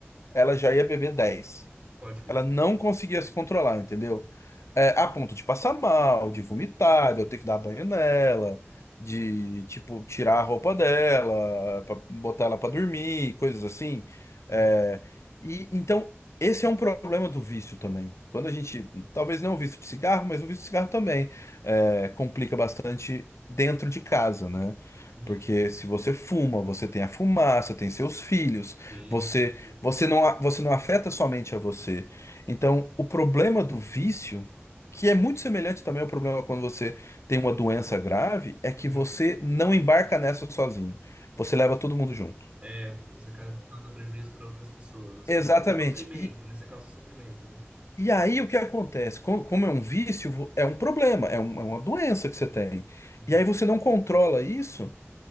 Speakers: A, on the left (about 85°); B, on the right (about 25°).
A: Ela já ia beber dez.
B: Pode crer.
A: Ela não conseguia se controlar, entendeu? É, a ponto de passar mal, de vomitar, de eu ter que dar banho nela, de, tipo, tirar a roupa dela, pra botar ela pra dormir, coisas assim. É,
B: Uhum.
A: e então, esse é um problema do vício também. Quando a gente, talvez não o vício de cigarro, mas o vício de cigarro também é, complica bastante dentro de casa, né?
B: Uhum.
A: Porque se você fuma, você tem a fumaça, tem seus filhos,
B: Sim,
A: você,
B: sim.
A: você não, a- você não afeta somente a você. Então, o problema do vício, que é muito semelhante também ao problema quando você tem uma doença grave, é que
B: Uhum.
A: você não embarca nessa sozinho. Você leva todo mundo junto.
B: É, você causa prejuízo para outras pessoas. a sua-
A: Exatamente.
B: E sofrimento,
A: E,
B: né? Você causa sofrimento, né?
A: e aí o que acontece? Co- Como, é um vício, vo- é um problema, é, um- é uma doença que você tem.
B: Uhum.
A: E aí você não controla isso